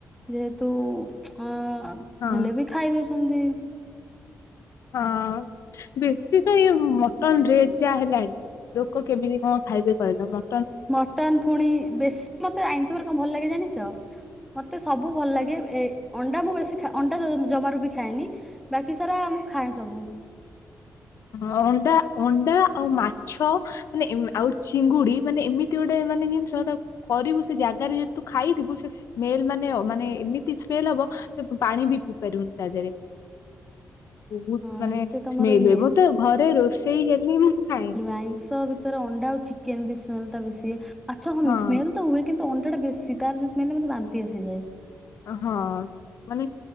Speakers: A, in the centre; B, on the left (about 60°).
A: ଯେହେତୁ ଅଁ
B: ହଁ
A: ହେଲେ ବି ଖାଇ ଦଉଛନ୍ତି।
B: ହଁ। ବେଶୀ ତ ଇଏ ମଟନ ରେ ଯାହା ହେଲାଣି ଲୋକ କେମିତି କଣ ଖାଇବେ କହିଲ ମ
A: ମଟନ୍ ଫୁଣି ବେଶୀ ମତେ ଆଇନଷବରେ କଣ ଭଲ ଲାଗେ ଜାଣିଛ? ମତେ ସବୁ ଭଲ ଲାଗେ ଏ ଅଣ୍ଡା ମୁଁ ବେଶୀ ଖା ଅଣ୍ଡା ଜ ଜମାରୁ ବି ଖାଏନି। ବାକି ସାରା ମୁଁ ଖାଏ ସବୁ।
B: ହ ଅଣ୍ଡା ଅଣ୍ଡା ଆଉ ମାଛ। ମାନେ ଏ ଆଉ ଚିଙ୍ଗୁଡ଼ି ମାନେ ଏମିତି ଗୋଟେ ମାନେ ଜିନିଷ ତାକୁ କରିବୁ ସେ ଜାଗାରେ ଯଦି ତୁ ଖାଇଥିବୁ ସେ ସ୍ମେଲ ମାନେ ମାନେ ଏମିତି ସ୍ମେଲ ହବ ତ ତୁ ପାଣି ବି ପିଇ ପାରିବୁନି ତା ଦେହରେ ବହୁତ
A: ହଁ
B: ମାନେ
A: ଏତେ ତମର
B: ସ୍ମେଲ
A: ଇଏ
B: ହୁଏ ବୋ ଘରେ ରୋଷେଇ ହେଲେ ମୁଁ ଖାଏନି।
A: ଆଇଁସ ଭିତରେ ଅଣ୍ଡା ଆଉ ଚିକେନ୍ ବି ସ୍ମେଲ ଟା ବେଶ ହୁଏ ମାଛ କଣ
B: ହଁ
A: ସ୍ମେଲ ତ ହୁଏ। କିନ୍ତୁ ଅଣ୍ଡା ଟା ବେଶୀ ତାର <unintelligible> ବାନ୍ତି ବେଶି ହେଇଯାଏ।
B: ଅ ହଁ। ମାନେ